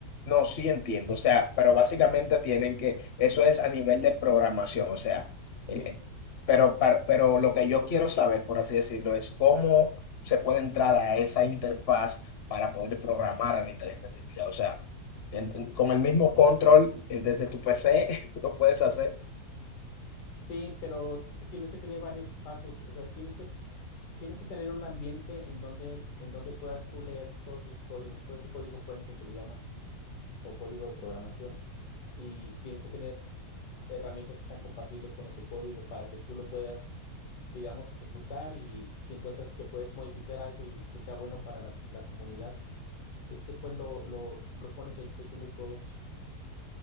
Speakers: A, on the left; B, on the left.
A: no, sí entiendo. O sea, pero básicamente tienen que, eso es a nivel de programación, o sea,
B: Sí,
A: eh, eh, pero, para- pero lo que yo quiero saber, por así decirlo, es cómo se puede entrar a esa interfaz para poder programar a la inteligencia artificial. O sea, en- en- con el mismo control eh, desde tu PC <laughs> lo puedes hacer.
B: sí, pero t- tienes que tener varios pasos, o sea, tienes que Tienes que tener un ambiente en donde, en donde puedas tú leer todos esos códigos, todo ese código fuente que le llaman o código de programación. Y tienes que tener herramientas que sean compatibles con ese código para que tú lo puedas, digamos, ejecutar y si encuentras que puedes modificar algo y que sea bueno para las- la, comunidad, este pues lo, lo, lo pones a disposición de todos.